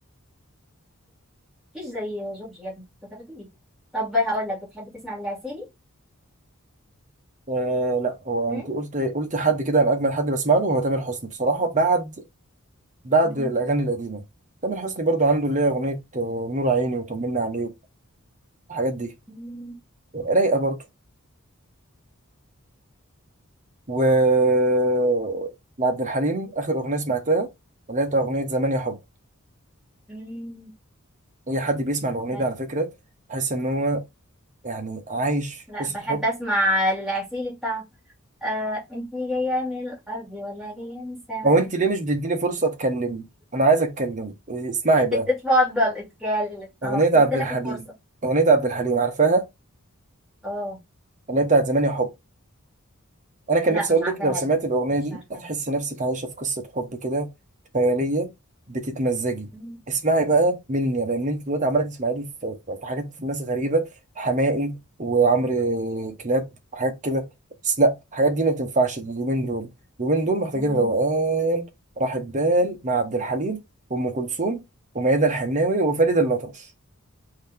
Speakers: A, in the centre; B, on the right (about 35°).
A: مفيش زي جورج يا ابني انت بتقول ايه طب هقول لك بتحب تسمع للعسيلي
B: آه لا هو
A: هم؟
B: انت قلت قلت حد كده انا اجمل حد بسمع له هو تامر حسني بصراحه بعد بعد
A: مم.
B: الاغاني القديمه تامر حسني برضو عنده اللي هي اغنيه آه، نور عيني وطمنا عليك الحاجات دي
A: مم.
B: رايقه برضو و لعبد الحليم اخر اغنيه سمعتها اللي هي بتاع اغنيه زمان يا حب
A: مم.
B: اي حد بيسمع الاغنيه
A: حلو.
B: دي على فكره تحس ان هو يعني عايش في
A: لا
B: قصه
A: بحب
B: حب
A: اسمع للعسيلي بتاع آه انت جايه من الارض ولا جايه من السماء
B: هو انت ليه مش بتديني فرصه اتكلم انا عايز اتكلم إيه، اسمعي
A: <laughs>
B: بقى
A: ات- اتفضل اتكلم اهو
B: اغنيه
A: سبت
B: عبد
A: لك
B: الحليم
A: الفرصه
B: اغنيه عبد الحليم عارفاها
A: اه
B: اللي هي بتاعت زمان يا حب انا كان
A: لا
B: نفسي
A: مش
B: اقول
A: عارفاها
B: لك لو سمعت
A: دي
B: الاغنيه
A: مش
B: دي
A: عارفاها
B: هتحس نفسك عايشه في قصه حب كده خياليه بتتمزجي
A: مم.
B: اسمعي بقى مني لان انت دلوقتي عماله تسمعي لي في في حاجات في ناس غريبه حماقي وعمرو كلاب حاجات كده بس لا الحاجات دي ما تنفعش اليومين دول اليومين دول محتاجين
A: مم.
B: روقان راحه بال مع عبد الحليم وام كلثوم وميادة الحناوي وفريد الأطرش